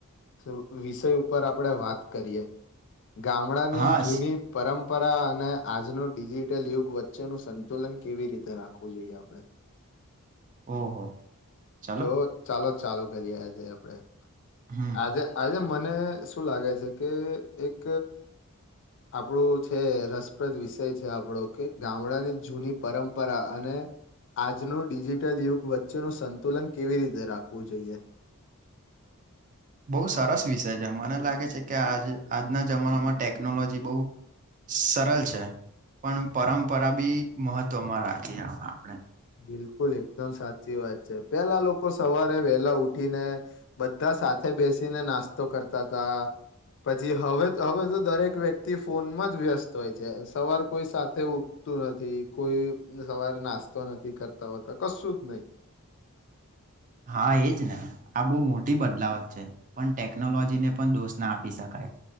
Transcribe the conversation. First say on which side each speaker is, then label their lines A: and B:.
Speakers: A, on the left (about 55°); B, on the right (about 35°).
A: તો વિશે ઉપર આપણે વાત કરીએ ગામડાની
B: હા
A: જૂની પરં પરંપરા અને આજનું ડિજિટલ યુગ વચ્ચેનું સંતુલન કેવી રીતે રાખવું જોઈએ આપણે
B: ઓહો ચલો
A: જો ચાલો ચાલુ ઘ આ્યા છે આપડે
B: હમ
A: અજે અજે મને શું લાગે છે કે એક આપણું છે રસપ્રદ વિષય છે આપણો કે ગામડાની જૂની પરંપરા અને આજનું ડિજિટલ યુગ વચ્ચેનું સંતુલન કેવી રીતે રાખવું જોઈએ
B: બહુ સરસ વિષય છે મને લાગે છે કે આજ આજના જમાનામાં ટેકનોલોજી બહુ સરળ છે પણ પરંપરા બી મહત્વમાં રાખી આપણે
A: બિલકુલ એકદમ સાચી વાત છે પેલા લોકો સવારે વેલા ઉઠીને બધા સાથે બેસીને નાસ્તો કરતા હતા પછી હવે હવે તો દરેક વ્યક્તિ તે ફોનમાં વ્યસ્ત હોય છે સવાર કોઈ સાથે ઉઠતું નથી કોઈ સવારે નાસ્તા તો નથી કરતા હોતા કશું જ નહી
B: હા એજ ને આ બહુ મોટી બદલાવત છે પણ ટેકનોલોજી ને પણ દોષ ના આપી શકાય